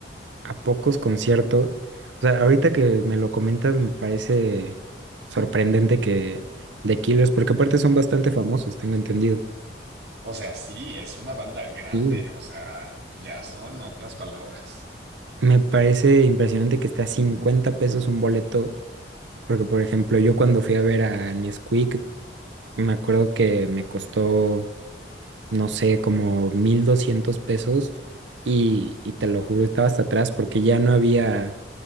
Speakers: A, on the right (about 80°); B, on the right (about 60°).
A: a pocos conciertos. O sea, ahorita que me lo comentas me parece sorprendente que de Killers, porque aparte son bastante famosos, tengo entendido.
B: O sea, sí, es una banda grande,
A: Sí.
B: o sea, ya son otras palabras.
A: Me parece impresionante que esté a 50 pesos un boleto, porque por ejemplo, yo cuando fui a ver a Nesquik, me acuerdo que me costó, no sé, como 1.200 pesos y, y te lo juro, estaba hasta atrás porque ya no había,